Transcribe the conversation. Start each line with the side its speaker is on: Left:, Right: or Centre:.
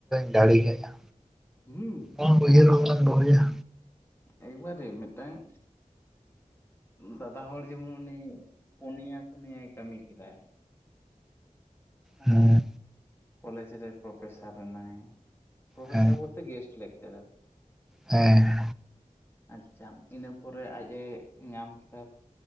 Centre: ᱫᱟᱲᱮ ᱜᱮᱭᱟ᱾
Left: ᱦᱩᱸ
Centre: ᱵᱚᱱ ᱫᱚᱦᱚᱭᱟ ᱩᱭᱦᱟᱨ ᱵᱷᱟᱵᱱᱟ
Left: ᱮᱠᱵᱟᱨᱮ ᱢᱤᱫ ᱴᱟᱝ ᱫᱟᱫᱟ ᱦᱚᱲ ᱡᱮᱢᱚᱱ ᱩᱱᱤ ᱯᱚᱱᱭᱟ ᱯᱩᱱᱭᱟᱭ ᱠᱟᱹᱢᱤ ᱠᱮᱫᱟᱭ᱾
Centre: ᱦᱮᱸ
Left: ᱦᱮ ᱠᱚᱞᱮᱡᱽ ᱨᱮ ᱯᱨᱯᱷᱮᱥᱟᱨ ᱱᱟᱭ ᱯᱨᱯᱷᱮᱥᱟᱨ
Centre: ᱦᱮᱸ
Left: ᱵᱚᱞᱛᱮ ᱜᱮᱥᱴ <unintelligible>
Centre: ᱦᱮᱸ
Left: ᱟᱪᱪᱷᱟ ᱤᱱᱟᱹ ᱯᱚᱨᱮ ᱟᱡ ᱮ ᱧᱟᱢ ᱠᱮᱫᱟ